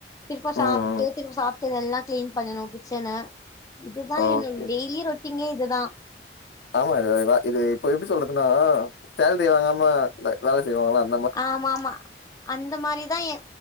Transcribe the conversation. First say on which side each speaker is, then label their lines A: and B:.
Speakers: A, on the left (about 20°); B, on the left (about 75°).
A: திருப்ப சாப்ட்டு
B: ம்
A: திருப்ப சாப்ட்டு இதெல்லா கிளீன் பண்ணணு கிச்சன்ன இதுதா
B: ஓகே
A: என்னோட டெய்லி ரொட்டீங்கே இதுதா
B: ஆமா இது <unintelligible> இது இப்போ எப்டி சொல்றதுன்னா சேலரி வாங்காம வ வேல செய்வாங்களா அந்
A: ஆமா ஆமா அந்த மாரிதா எ